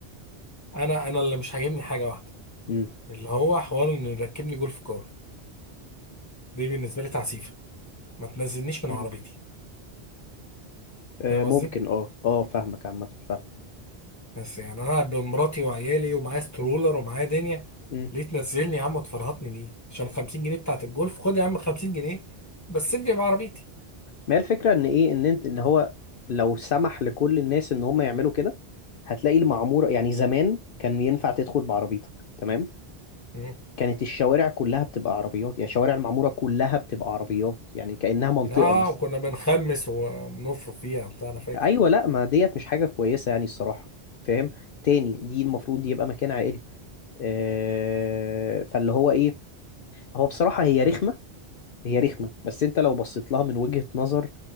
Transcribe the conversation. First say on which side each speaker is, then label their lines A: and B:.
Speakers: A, on the left; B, on the left.
A: انا انا اللي مش عاجبني حاجه واحده
B: مم.
A: اللي هو حوار ان يركبني جولف كار دي بالنسبه لي تعسيفه ما تنزلنيش من
B: مم.
A: عربيتي
B: آه
A: فاهم
B: ممكن
A: قصدي
B: اه اه فاهمك عامة فاهم
A: بس يعني انا قاعد بمراتي وعيالي ومعايا سترولر ومعايا دنيا
B: مم.
A: ليه تنزلني يا عم وتفرهطني دي عشان 50 جنيه بتاعت الجولف خد يا عم 50 جنيه بس سيبني بعربيتي
B: ما هي الفكرة ان ايه ان انت ان هو لو سمح لكل الناس ان هم يعملوا كده هتلاقي المعمورة يعني زمان كان ينفع تدخل بعربيتك تمام
A: مم.
B: كانت الشوارع كلها بتبقى عربيات يعني شوارع المعمورة كلها بتبقى عربيات يعني كأنها منطقة
A: اه
B: مثلا
A: وكنا بنخمس ونفرق فيها وبتاع انا فاكر
B: ايوه لا ما ديت مش حاجه كويسه يعني الصراحه فاهم تاني دي المفروض يبقى مكان عائلي آه، فاللي هو ايه هو بصراحه هي رخمه هي رخمه بس انت لو بصيت لها من وجهه نظر